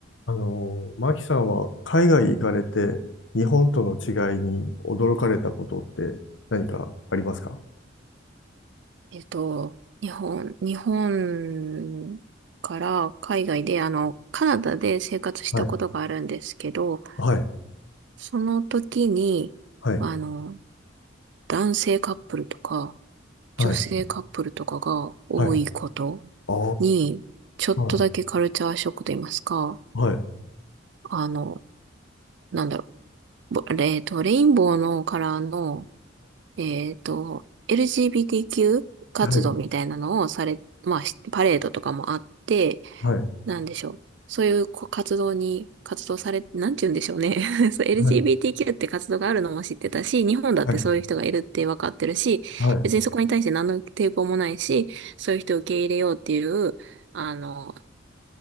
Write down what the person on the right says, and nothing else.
えっと、日本、日本から海外で、あの、カナダで生活したことがあるんですけど、
その時に、
あの、男性カップルとか、
女性カップルとかが多いこと
に、ちょっとだけカルチャーショックと言いますか、
あの、なんだろう、ぼえっと、レインボーのカラーの、えっと、LGBTQ 活動みたいなのをされ、
まあ、しパレードとかもあって、
なんでしょう。そういうこ活動に、活動され、なんて言うんでしょうね。<laughs> そう LGBTQ
って活動があるのも知ってたし、日本だってそういう人がいるって分かってるし、
別にそこに対して何の抵抗もないし、そういう人を受け入れようっていう、あの、